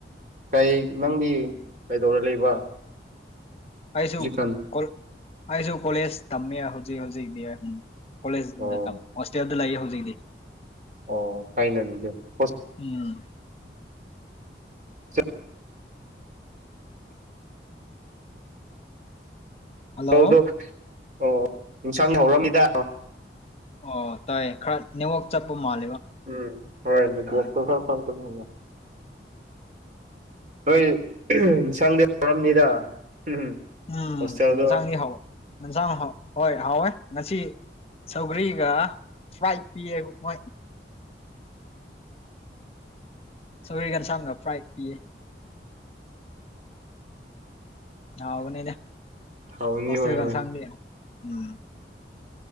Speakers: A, on the right; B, on the left.
A: ꯀꯩ ꯅꯪꯗꯤ ꯀꯩꯗꯧꯔ ꯂꯩꯕ
B: ꯑꯩꯁꯨ
A: ꯍꯧꯖꯤꯛꯀꯥꯟ
B: ꯀꯣ ꯑꯩꯁꯨ ꯀꯣꯂꯦꯖ ꯇꯝꯃꯦꯌꯦ ꯍꯧꯖꯤꯛ ꯍꯧꯖꯤꯛꯗꯤꯝ ꯀꯣꯂꯦꯖ
A: ꯑꯣ
B: ꯗꯇꯝ ꯍꯣꯁꯇꯦꯜꯗ ꯂꯩꯌꯦ ꯍꯧꯖꯤꯛꯇꯤ
A: ꯑꯣ ꯐꯩꯅꯩ ꯑꯗꯨꯗꯤ ꯍꯣꯁ
B: ꯎꯝ
A: ꯍꯣꯁꯇꯦꯜꯗꯣ
B: ꯍꯜꯂꯣ
A: ꯑꯗꯨꯗꯣꯛ ꯑꯣ ꯏꯟꯁꯥꯡ ꯍꯥꯎꯔꯝꯅꯤꯗ
B: ꯑꯣ ꯇꯥꯏꯌꯦ ꯈꯔ ꯅꯦꯋꯥꯛ ꯆꯞꯄ ꯃꯥꯜꯂꯦꯕ
A: <unintelligible>
B: ꯎꯝ
A: ꯅꯣꯏ ꯏꯟꯁꯥꯡꯗꯤ ꯍꯥꯎꯔꯝꯅꯤꯗ ꯎꯝ
B: ꯎꯝ
A: ꯍꯣꯁꯇꯦꯜꯗꯣ
B: ꯏꯟꯁꯥꯡꯗꯤ ꯍꯥꯎꯋꯦ ꯌꯦꯟꯁꯥꯡ ꯍꯥꯎ ꯍꯣꯏ ꯍꯥꯎꯋꯦ ꯉꯁꯤ ꯁꯧꯒ꯭ꯔꯤꯒ ꯐ꯭ꯔꯥꯏꯗ ꯄꯤꯌꯦ ꯃꯣꯏ ꯁꯧꯒ꯭ꯔꯤꯒꯟꯁꯥꯡꯒ ꯐ꯭ꯔꯥꯏꯗ ꯄꯤꯌꯦ ꯍꯥꯎꯕꯅꯤꯗ
A: ꯍꯥꯎꯅꯤ
B: ꯍꯣꯁꯇꯦꯜ
A: ꯍꯣꯏ ꯍꯣꯏ
B: ꯑꯦꯟꯁꯥꯡꯗꯤ ꯎꯝ